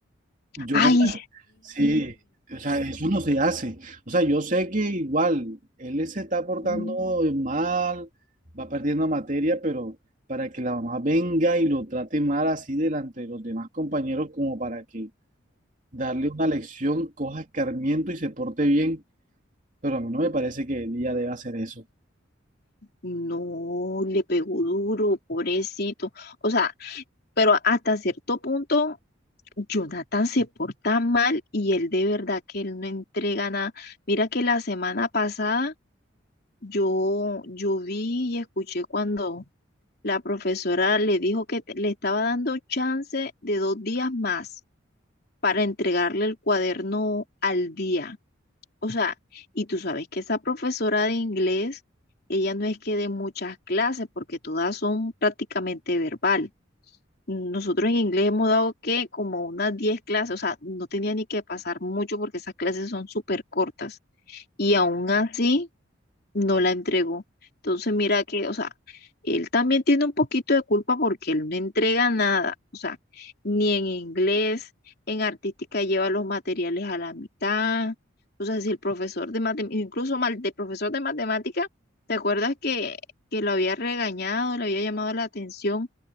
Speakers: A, on the right; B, on the left.
A: Jonathan,
B: Ay, sí.
A: sí, o sea, eso no se hace. O sea, yo sé que igual él se está portando
B: Mm,
A: mal, va perdiendo materia, pero para que la mamá venga y lo trate mal así delante de los demás compañeros, como para que darle una lección, coja escarmiento y se porte bien, pero a mí no me parece que ella deba hacer eso.
B: No, le pegó duro, pobrecito. O sea, pero hasta cierto punto, Jonathan se porta mal y él de verdad que él no entrega nada. Mira que la semana pasada yo, yo vi y escuché cuando la profesora le dijo que te- le estaba dando chance de dos días más para entregarle el cuaderno al día. O sea, y tú sabes que esa profesora de inglés, ella no es que dé muchas clases porque todas son prácticamente verbal. Nosotros en inglés hemos dado que como unas 10 clases, o sea, no tenía ni que pasar mucho porque esas clases son súper cortas. Y aún así, no la entregó. Entonces, mira que, o sea, él también tiene un poquito de culpa porque él no entrega nada, o sea, ni en inglés, en artística lleva los materiales a la mitad. O sea, si el profesor de matemáticas, incluso mal, de profesor de matemática, ¿te acuerdas que, que lo había regañado, le había llamado la atención?